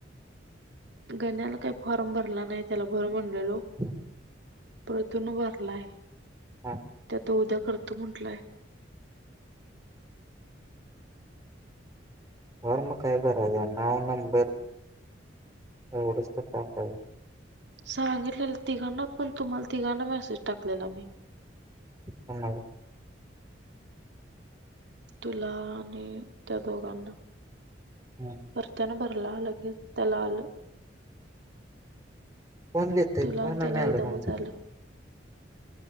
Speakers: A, on the right; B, on the right.
A: गन्याला काही फॉर्म भरला नाही त्याला भर म्हणलेलो
B: नाही
A: परतून भारलाय
B: हा
A: त्यात उद्या करतो म्हटलाय
B: होर मग काय करायच नाव नंबर एवढंच तर ह
A: सांगितलेलं तिघांना पण तुम्हाला तिघांना मेसेज टाकलेला मी
B: वा
A: तुला आणि त्या दो काण
B: हम्म
A: परतन ब तलालग तलाल
B: कोण देतय
A: तुला
B: कोण
A: आणि
B: आहे
A: त्याला
B: मॅडम
A: एकदमच आल